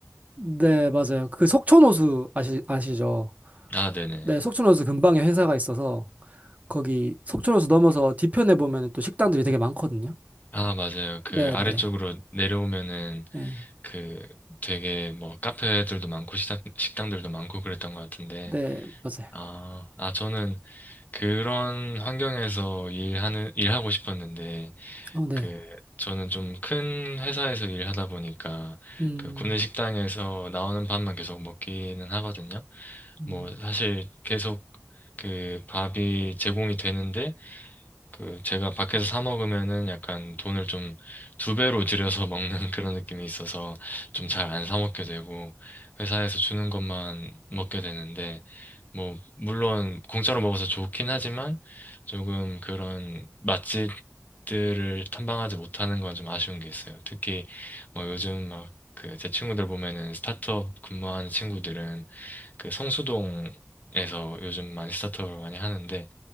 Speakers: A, on the right (about 30°); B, on the left (about 30°).
A: 네, 맞아요. 그 석촌호수 아시, 아시죠?
B: 아, 네네.
A: 네, 석촌호수 근방에 회사가 있어서 거기 속초로서 넘어서 뒤편에 보면 또 식당들이 되게 많거든요.
B: 아, 맞아요. 그
A: 네,
B: 아래쪽으로
A: 네,
B: 내려오면은
A: 네,
B: 그 되게 뭐 카페들도 많고 식당, 식당들도 많고 그랬던 것 같은데,
A: 네, 맞아요.
B: 아, 아, 저는 그런 환경에서 일하는, 일하고 싶었는데,
A: 어, 네.
B: 그 저는 좀 큰 회사에서 일하다 보니까
A: 음,
B: 그 구내 식당에서 나오는 밥만 계속 먹기는 하거든요.
A: 음,
B: 뭐 사실 계속 그 밥이 제공이 되는데, 그 제가 밖에서 사 먹으면은 약간 돈을 좀 두 배로 들여서 먹는 <laughs> 그런 느낌이 있어서 좀
A: 음,
B: 잘 안 사 먹게 되고 회사에서 주는 것만 먹게 되는데 뭐 물론 공짜로 먹어서 좋긴 하지만 조금 그런 맛집들을 탐방하지 못하는 건 좀 아쉬운 게 있어요. 특히 뭐 요즘 막 그 제 친구들 보면은 스타트업 근무하는 친구들은 그 성수동에서 요즘 많이 스타트업을 많이 하는데